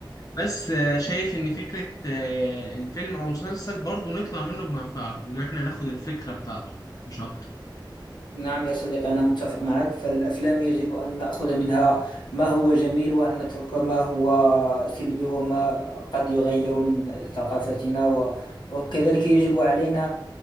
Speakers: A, on the left; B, on the left.
A: بس آه، شايف ان فكرة آه، الفيلم او المسلسل برضو نطلع منه بمنفعة ان احنا ناخد الفكرة بتاعته مش اكتر
B: نعم يا صديقي أنا متفق معك فالأفلام يجب أن نأخذ منها ما هو جميل وأن نترك ما هو سلبي وما قد يغير من ثقافتنا وكذلك يجب علينا